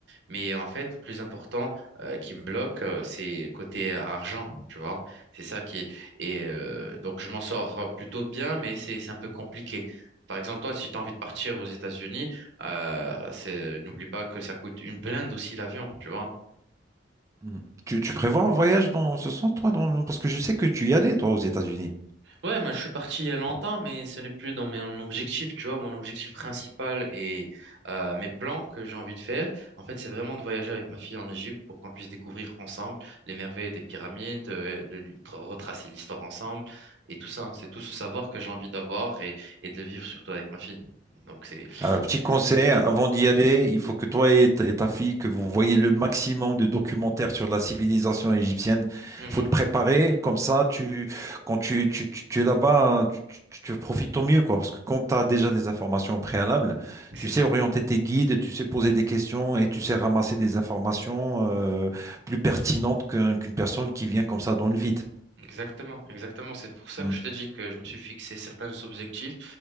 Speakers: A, on the right; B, on the right.
A: Mais en fait, le plus important euh, qui me bloque, euh, c'est côté argent, tu vois. C'est ça qui et euh, donc je m'en sors plutôt bien, mais c'est c'est un peu compliqué. Par exemple, toi, si tu as envie de partir aux États-Unis, euh, c'est n'oublie pas que ça coûte une blinde aussi l'avion, tu vois.
B: Mm. Tu, tu prévois un voyage dans ce sens, toi, dans- parce que je sais que tu y allais, toi, aux États-Unis.
A: Ouais, moi, je suis parti il y a longtemps, mais ce n'est plus dans mon objectif, tu vois. Mon objectif principal et euh, mes plans que j'ai envie de faire, en fait, c'est vraiment de voyager avec ma fille en Égypte pour qu'on puisse découvrir ensemble les merveilles des pyramides, euh, de, lui- tra- retracer l'histoire ensemble et tout ça. C'est tout ce savoir que j'ai envie d'avoir et, et de le vivre surtout avec ma fille. Donc, c'est,
B: Un petit
A: c'est,
B: conseil,
A: c'est
B: avant d'y aller, il faut que toi et ta, et ta fille, que vous voyez le maximum de documentaires sur la civilisation égyptienne.
A: Mhm,
B: Il faut te préparer, comme ça, tu, quand tu, tu, tu- tu es là-bas, hein, tu, tu- tu profites au mieux, quoi. Parce que quand tu as déjà des informations préalables,
A: c'est
B: tu sais
A: ça.
B: orienter tes guides, tu sais poser des questions et tu sais ramasser des informations euh, plus pertinentes qu'un- qu'une personne qui vient comme ça dans le vide.
A: Exactement, exactement. C'est pour ça
B: Mm.
A: que je t'ai dit que je me suis fixé certains objectifs